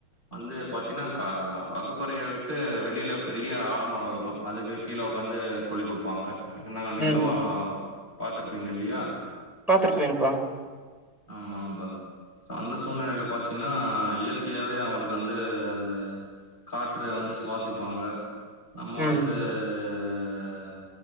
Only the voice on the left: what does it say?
வந்து பார்த்தீன்னா கா வகுப்பறைய விட்டு வெளியில பெரிய ஆலமரோ இருக்கும் அதுக்கு கீழே உக்காந்து சொல்லிக் குடுப்பாங்க ஏன்னா நீங்களும்
பாத்துருப்பீங்க இல்லையா
ஆமாங்கப்பா அந்த சூழ்நிலையில பாத்தீங்கன்னா இயற்கையாவே அவங்களுக்கு வந்து அந்த காற்ற வந்து சுவாசிப்பாங்க நம்ம
வந்து அஹ்